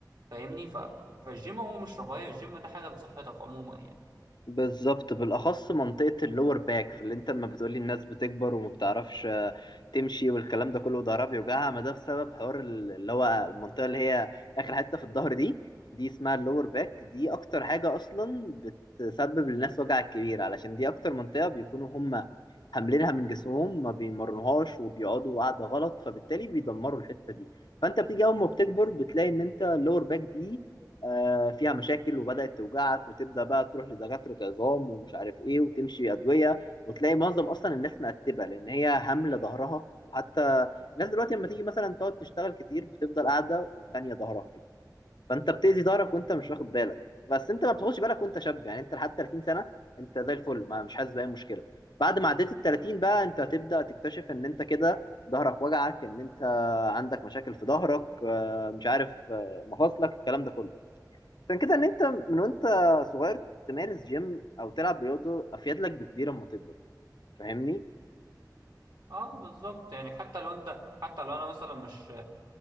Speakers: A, on the right (about 75°); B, on the left (about 85°).
A: فاهمني ف- فالجيم هو مش رفاهيه الجيم ده حاجه لصحتك عموما يعني
B: بالظبط بالاخص منطقه اللور باك في اللي انت لما بتقولي الناس بتكبر وما بتعرفش آه، تمشي والكلام ده كله ضهرها بيوجعها ما ده بسبب حوار ال- اللي هو المنطقه اللي هي اخر حته في الظهر دي دي اسمها اللور باك دي اكتر حاجه اصلا بتسبب للناس وجع كبير علشان دي اكتر منطقه بيكونوا هم حاملينها من جسمهم ما بيمرنوهاش وبيقعدوا قاعده غلط فبالتالي بيدمروا الحته دي فانت بتيجي اول ما بتكبر بتلاقي ان انت اللور باك دي آه، فيها مشاكل وبدأت توجعك وتبدأ بقى تروح لدكاترة عظام ومش عارف ايه وتمشي أدوية وتلاقي معظم أصلا الناس مقتبة لأن هي هاملة ظهرها وحتى الناس دلوقتي لما تيجي مثلا تقعد تشتغل كتير بتفضل قاعدة وتانية ظهرها كده فأنت بتأذي ظهرك وأنت مش واخد بالك بس أنت ما بتاخدش بالك وأنت شاب يعني أنت لحد 30 سنة أنت زي الفل ما مش حاسس بأي مشكلة بعد ما عديت ال 30 بقى أنت هتبدأ تكتشف إن أنت كده ظهرك وجعك إن أنت عندك مشاكل في ظهرك آه، مش عارف آه، مفاصلك الكلام ده كله عشان كده ان انت من وانت صغير تمارس جيم او تلعب رياضه افيد لك بكبير اما تكبر فاهمني
A: اه بالظبط يعني حتى لو انت حتى لو انا مثلا مش